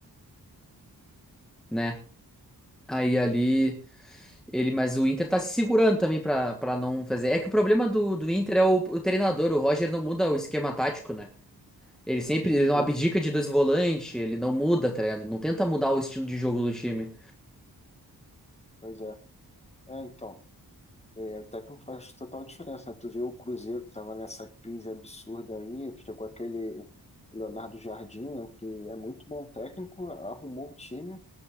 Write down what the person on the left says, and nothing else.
É,
pois é. É, então, é, o técnico faz total diferença, né? Tu vê o Cruzeiro que tava nessa crise absurda aí, chegou aquele Leonardo Jardim, né, que é muito bom técnico, arrumou o time,